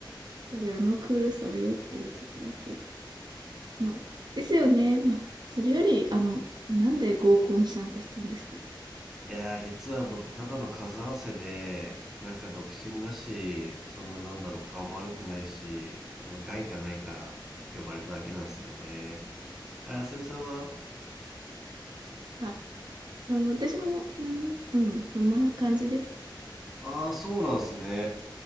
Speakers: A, on the right; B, in the centre.
A: ぱりあのクールさは酔ってる時だけか。まあ、ですよね。まあ、それより、あの、なんで合コン参加したんですか
B: いやー、実は僕、ただの数合わせで、なんか独身だし、そんななんだろう、顔も悪くないし、あの、害がないから呼ばれただけなんですよね。あれ、あさみさんは
A: あ、まあ私も、なん、うん、そんな感じです。
B: ああー、そうなんすね。